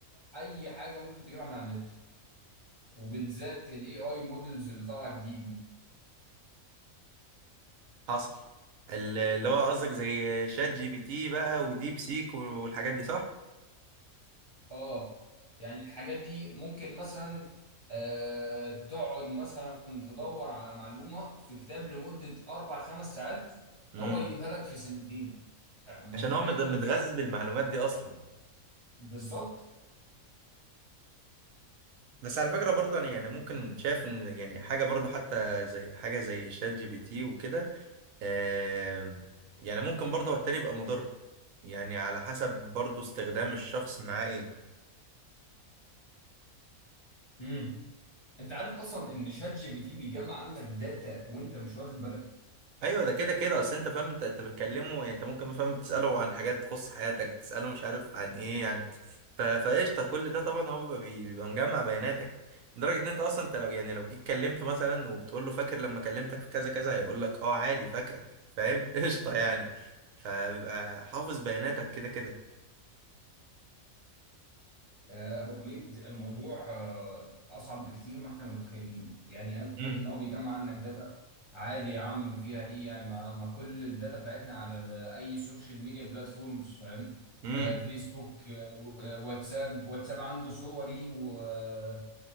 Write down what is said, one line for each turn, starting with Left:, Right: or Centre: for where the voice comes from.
Left: اي حاجه ممكن تجيبها من على النت وبالذات الاي اي مودلز اللي طالعه جديد دي
Right: حصل ال- اللي هو قصدك زي شات جي بي تي بقى وديب سيك والحاجات دي صح؟
Left: اه يعني الحاجات دي ممكن مثلا آه تقعد مثلا تدور على معلومه في كتاب لمده اربع خمس ساعات
Right: امم
Left: هو يجيبها لك في سنتين متخيل
Right: عشان هو مت- متغذي
Left: الفرق
Right: بالمعلومات دي اصلا
Left: بالظبط
Right: بس على فكرة برضه انا يعني ممكن شايف ان يعني حاجة برضه حتى زي حاجة زي شات جي بي تي وكده آم، يعني ممكن برضه هو التاني يبقى مضر يعني على حسب برضه استخدام الشخص معاه ايه
Left: امم انت عارف اصلا ان شات جي بي تي بيجمع عندك داتا وانت مش واخد بالك
Right: ايوه ده كده كده اصل انت فاهم انت انت بتكلمه يعني انت ممكن فاهم تساله عن حاجات تخص حياتك تساله مش عارف عن ايه عن ف... فقشطه كل ده طبعا هو بيبقى بي- بيبقى مجمع بياناتك لدرجه ان انت اصلا انت لو يعني لو جيت كلمته مثلا وبتقول له فاكر لما كلمتك في كذا كذا هيقول لك اه عادي فاكرك فاهم <laughs> قشطه يعني فبيبقى حافظ بياناتك كده كده
Left: آه، أبو حميد الموضوع آه، أصعب بكتير ما إحنا متخيلين يعني أنا كنت فاكر
Right: امم
Left: إن هو بيجمع عنك داتا عادي يا عم فيها إيه يعني ما, ما كل الداتا بتاعتنا على ال- أي سوشيال ميديا بلاتفورمز فاهم
Right: امم
Left: آه، فيسبوك آه، و- آه، واتساب واتساب عنده صوري و- آه،